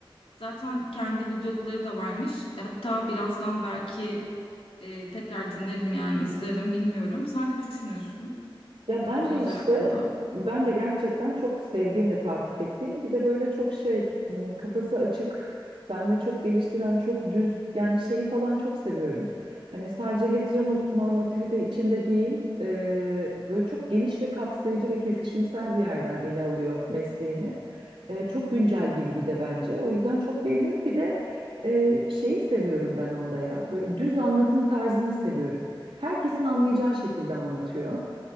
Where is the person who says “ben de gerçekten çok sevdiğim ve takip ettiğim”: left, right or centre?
Right